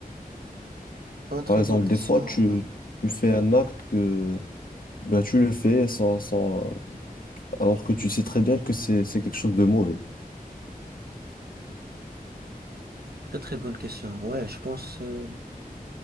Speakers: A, on the right (about 85°); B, on the left (about 65°).
A: Ah, très
B: Par exemple,
A: bonne question,
B: des fois,
A: en
B: tu,
A: vrai.
B: tu fais un acte que ben, tu le fais sans, sans, alors que tu sais très bien que c'est, c'est quelque chose de mauvais.
A: Très très bonne question. Ouais, je pense, euh,